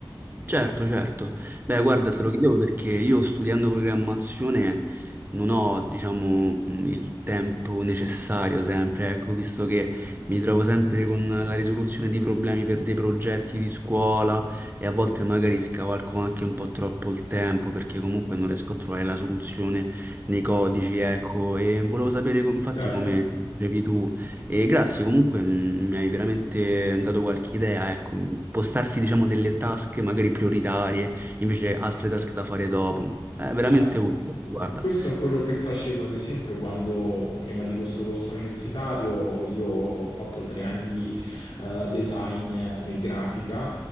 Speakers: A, on the right; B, on the left.
A: Certo, certo. Beh, guarda, te lo chiedevo perché io studiando programmazione non ho, diciamo, il tempo necessario sempre, ecco, visto che mi trovo sempre con la risoluzione di problemi per dei progetti di scuola e a volte magari scavalco anche un po' troppo il tempo perché comunque non riesco a trovare la soluzione nei codici, ecco, e volevo sapere co- infatti
B: Certo.
A: come dicevi tu. E grazie, comunque mh, mi hai veramente dato qualche idea, ecco, impostarsi diciamo delle task magari prioritarie, invece altre task da fare dopo. È veramente
B: Certo,
A: utile, guarda.
B: questo è quello che facevo ad esempio quando prima di questo corso universitario io ho fatto tre anni di eh, design e grafica.